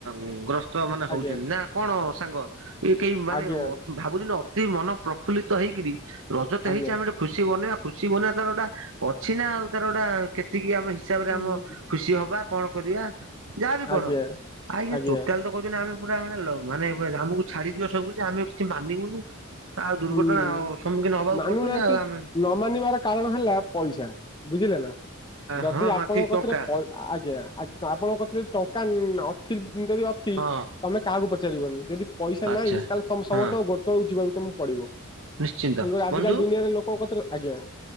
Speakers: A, on the right; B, on the left.
A: ଉଁ ଗ୍ରସ୍ତ ମାନେ ହଉଛନ୍ତି
B: ଆଜ୍ଞା
A: ନା କଣ ସାଙ୍ଗ ଏ କେହି ମାନେ
B: ଆଜ୍ଞା
A: ଅ ଭାବୁଛନ୍ତି ଅତି ମନ ପ୍ରଫୁଲ୍ଲିତ ହେଇକିରି। ରଜ
B: ଆଜ୍ଞା
A: ତ ହେଇଛି ଆମେ ଗୋଟେ ଖୁସି ବନେଇଆ ଖୁସି ବନେଇଆ ତାର ଗୋଟା। ଅଛି ନା ଆଉ ତାର ଗୋଟା କେତିକି ଆମେ ହିସାବ ରେ
B: ଆଜ୍ଞା
A: ଆମ। ଖୁସି ହବା କଣ କରିବା ଯାହାବି କର
B: ଆଜ୍ଞା
A: ଆଉ ଇଏ
B: ଆଜ୍ଞା
A: ଟୋଟାଲ ତ। କହୁଛନ୍ତି ଆମେ ପୁରା ମାନେ ଲ ମାନେ <unintelligible> ଆମକୁ ଛାଡିଦିଅ ସବୁ କିଛି ଆମେ କିଛି ମାନିବୁନୁ। ଆଉ ଦୁର୍ଘଟଣା
B: ହୁଁ
A: ସମ୍ମୁଖୀନ ହବାକୁ
B: ମାନୁନାହାନ୍ତି
A: ପଡୁଛନ୍ତି ଆଉ
B: ନ
A: ଆମେ
B: ମାନିବାର କାରଣ ହେଲା ପଇସା ବୁଝିଲେ ନା। ଯଦି
A: ହଁ ହଁ
B: ଆପଣଙ୍କ
A: ଠିକ
B: କତିରେ।
A: ଟଙ୍କା
B: ପ ଆଜ୍ଞା ଆ ଆପଣଙ୍କ କତିରେ ଯଦି ଟଙ୍କା ନ ଅଥି ଉଁ ଯଦି ଅଛି।
A: ହଁ
B: ତମେ କାହାକୁ ପଚାରିବନି ଯଦି ପଇସା
A: ଆଚ୍ଛା
B: ନାହିଁ ତାହେଲେ ତମେ ସମସ୍ତଙ୍କ
A: ହଁ
B: ଗୋଡ୍ ତଳକୁ ଯିବାକୁ ତମକୁ ପଡିବ। ତେଣୁ
A: ନିଶ୍ଚିନ୍ତ
B: କରି ଆଜିକାଲି
A: ବନ୍ଧୁ
B: ଦୁନିଆରେ ଲୋକଙ୍କ କତିରେ ଆଜ୍ଞା।